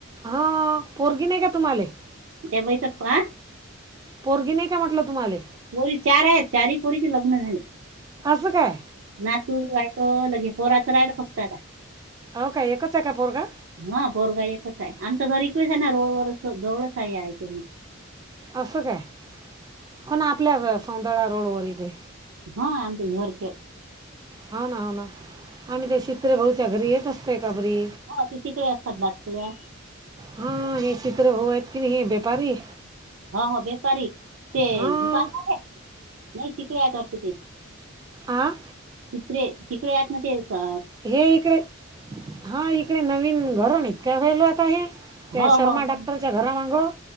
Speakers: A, on the right; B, on the right.
A: हा पोरगी नाही का तुम्हाले?
B: त्या बाईचा पा
A: पोरगी नाही का म्हटलं तुम्हाले?
B: पोरी चार आहेत चारी पोरीचे लग्न झाले
A: असं काय
B: नातू वाय हो लगे पोरात रायला फक्त आता.
A: आव काय एकच आहे का पोरगा?
B: हा पोरगा एकच आहे आमचं घर इकडेच आहे ना रोड वर जवळच आहे ह्या इथून.
A: असं काय हो ना आपल्या र सौंदळा रोडवर इथे.
B: हा आमच्या हे हिवरते.
A: हाव ना हाव ना आम्ही ते शीत्रे भाऊच्या घरी येत असतय का बरी.
B: हो ते तिकडे असतात बातकिळ्या
A: हा हे शीत्रे भाऊ आहेत की नाही हे व्यापारी
B: हा हा बेपारी ते
A: हां
B: दुकान आहे नाही तिकडे आहेत वाटतं ते.
A: आं
B: तिकडे तिकडे हायतना तेचा
A: हे इकडे हा इकडे नवीन घरून इतके व्हायलो आता हे. त्या
B: हो
A: शर्मा
B: हो नाही
A: डाक्टरच्या घरा मांगं